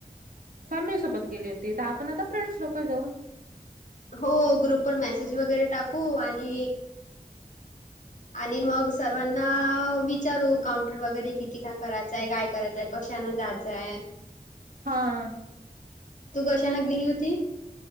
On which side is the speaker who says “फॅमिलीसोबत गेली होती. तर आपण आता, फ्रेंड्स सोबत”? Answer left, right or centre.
Right